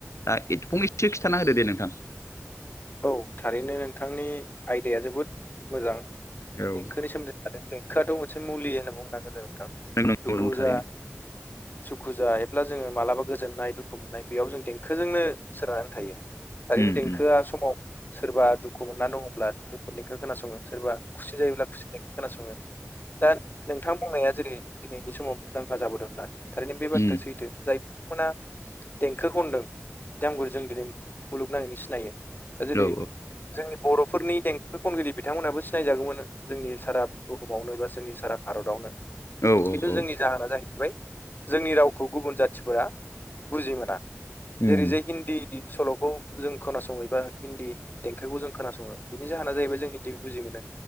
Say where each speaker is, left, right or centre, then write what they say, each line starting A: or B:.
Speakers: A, on the left; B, on the left.
A: दा फंनैसो खिथाना होदो दे नोंथां।
B: औ थारैनो नोंथांनि आयदाया जोबोद मोजां
A: औ
B: देंखोनि सोमोनदै आरो देंखोआथ' मोनसे मुलि होनना बुंनांगोन जाहा जादों नोंथां
A: नंगौ
B: दुखु
A: नंगौ थारैनो
B: जा सुखु जायोब्ला जोङो मालाबा गोजोन्नाय दुखु मोननाय बेयाव जों देंखोजोंनो सोनारनानै थायो। थारैनो
A: उम
B: देंखोआ
A: उम
B: सोरबा दुखु मोनना दङब्ला दुखुनिखौ खोनासङो। सोरबा खुसि जायोब्ला खु खोनासङो। दा नोंथां बुंनाया जेरै दिनैनि समाव मुंदांखा जाबोदों दा थारैनो बे बाथ्राया
A: उम
B: सैथो। जाय आ देंखो खनदों बिथांमोनखौ जों दिनै मुलुगनाङैनो सिनायो। दा जेरै
A: औ
B: जोंनि बर'फोरनि देंखो खनगिरि बिथांमोनाबो सिनायजागौमोन जोंनि सारा बुहुमावनो एबा जोंनि सारा भारतावनो।
A: औ
B: खिन्थु
A: औ औ
B: जोंनि जाहोना जाहै बाय जोंनि रावखौ गुबुन जाथिफोरा बुजि मोना।
A: उम
B: जेरै जे हिन्दी सल'खौ जों खोनासंहैबा हिन्दी देंखोखौ जों खोनासङो। बेनि जाहोना जाहैबाय जों हिन्दीखौ बुजि मोनो।